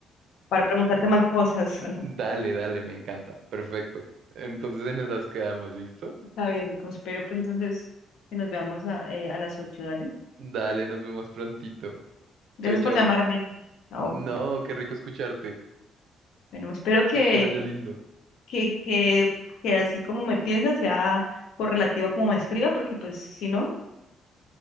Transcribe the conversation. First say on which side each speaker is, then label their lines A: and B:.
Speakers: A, on the left; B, on the right.
A: para preguntarte más cosas.
B: Dale, dale, me encanta. Perfecto. Entonces en esas quedamos, ¿listo?
A: Está bien, Nico. Espero que entonces que nos veamos a, eh, a las ocho ¿dale?
B: Dale, nos vemos prontito.
A: Gracias
B: Chau, chau.
A: por llamarme. Chao.
B: No, qué rico escucharte.
A: Bueno, espero que,
B: Que te vaya lindo.
A: que, que, que así como me piensa sea correlativo a como me escriba, porque pues si no,